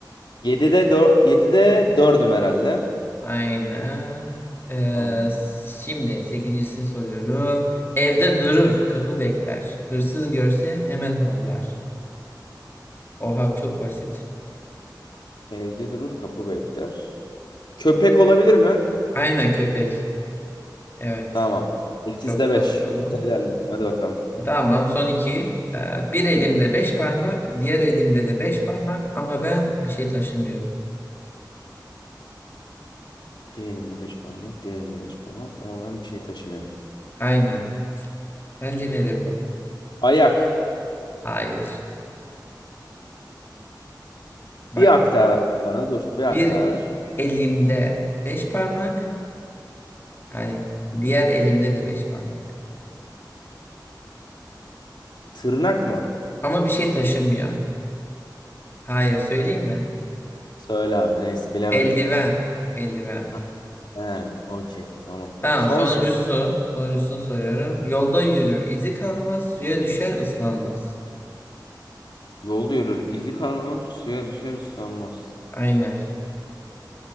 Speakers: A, on the left; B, on the left.
A: 7'de 4, 7'de dördüm herhalde.
B: Aynen. Ee,
A: Tamam.
B: şimdi sekincisini soruyorum. Evde durur, kapı bekler. Hırsız görse hemen havlar. Oha çok basit.
A: Evde durur kapı bekler. Köpek olabilir mi?
B: Aynen köpek. Evet.
A: Tamam. 8'de
B: Çok
A: 5.
B: doğru.
A: Güzel ilerliyorum. Hadi bakalım.
B: Tamam son iki. Ee, bir elimde beş parmak, diğer elimde de beş parmak ama ben bir şey taşımıyorum.
A: Bir elimde beş parmak, diğer elimde 5 parmak ama ben bir şey taşımıyorum.
B: Aynen. Bence nedir bu?
A: Ayak.
B: Hayır. Bak
A: Bir hak daha ver abi bana dur. Bir hak
B: bir
A: daha ver.
B: elimde beş parmak, hani diğer elimde de beş parmak.
A: Tırnak mı?
B: Ama bir şey taşımıyor. Hayır söyleyeyim mi?
A: Söyle abi neyse bilemedim.
B: Eldiven. Eldiven.
A: Ha, He, okey tamam.
B: Tamam
A: Son
B: sonuncusu.
A: soru.
B: Sonuncusunu soruyorum. Yolda yürür, izi kalmaz, suya düşer, ıslanmaz.
A: Yolda yürür izi kalmaz, suya düşer ıslanmaz.
B: Aynen.